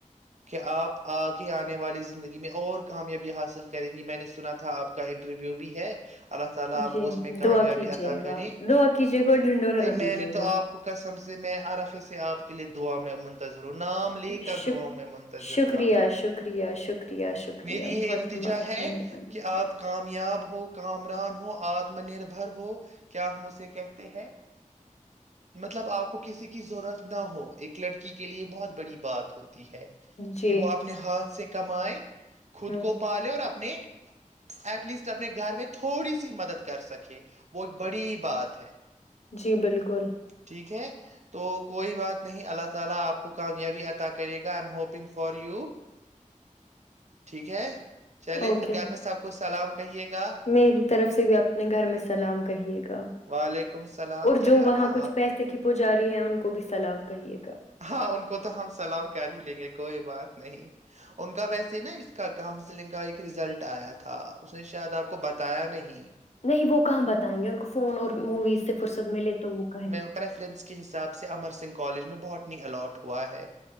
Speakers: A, on the right; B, on the left.
A: کہ آپ آ کے آنے والی زندگی میں اور کامیابی حاصل کریں گی میں نے سنا تھا آپ کا انٹرویو بھی ہے اللہ تعالی آپ
B: جی
A: کو اس میں
B: دعا
A: کامیابی
B: کیجیے
A: عطا
B: گا
A: کرے
B: دعا کیجیے گا اور ڈھنڈورا نہ
A: میں
B: پیٹیے
A: نے تو
B: گا
A: آپ کو کیسے سم سےے میں آرفے سے آپ کے لیے دعا میں منتظ وں نام لے کر
B: شک
A: داں میں منتظر
B: شکریہ
A: تھا میں
B: شکریہ شکریہ شکریہ
A: میری یہ
B: بہت
A: التجا
B: آپ
A: ہے
B: کی مہربانی
A: کہ آپ کام یاب ہو کامران ہو آتم نربھر ہو کیا مجھے کہتے ہیں مطلب آپ کو کسی کی ضرورت نہ ہو ایک لڑکی کے لیے بہت بڑی بات ہوتی ہے
B: جی
A: کہ وہ اپنے ہاتھ سے کمائی خود
B: ہ
A: کو پا لے اور آپ اپنے ایٹ لیسٹ اپنے گھر میں تھوڑی سی مدد کر سکے وہ ایک بڑی بات ہے
B: جی بالکل
A: ٹھیک ہے تو کوئی بات نہیں اللہ تعالی آپ کو کامیابی عطا کرے گا I am hoping for you ٹھیک ہے چلیے
B: اوکے
A: پھر گھر میں سب کو سلام کہیے گا
B: میری طرف سے بھی اپنے گھر میں سلام کہیے گا
A: وعلیکم السلام
B: اور
A: چلے
B: جو
A: اللہ
B: وہاں کچھ پیسے کی پجاری ہے ان کو بھی سلام کہیے گا
A: ہاں ان کو تو ہم سلام کر ہی لیں گے کو کو بات نہیں ان کا ویسے نا اس کا کاؤنسلنگ کا ایک ریزلٹ آیا تھا اس نے شاید آپ کو بتایا نہیں
B: نہیں وہ کہاں بتائیں گے ان کو فون اور موویز سے فرصت ملے تو وہ کہیں گ
A: پریفرینس کے حساب سے امر سنگھ کالج میں بہٹنی الاٹ ہوا ہے